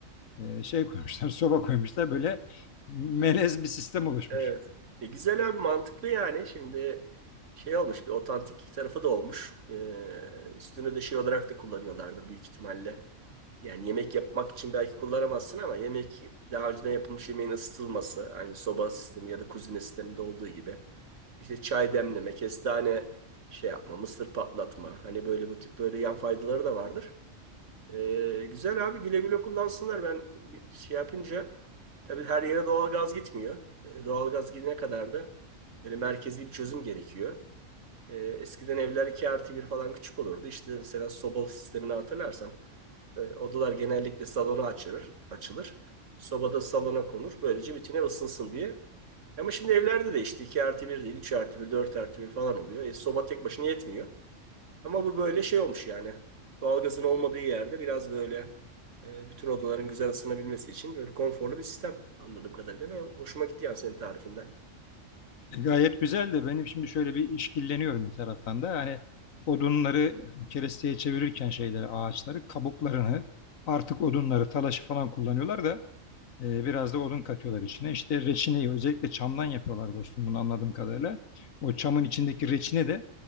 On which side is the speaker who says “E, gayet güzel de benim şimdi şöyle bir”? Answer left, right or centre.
Left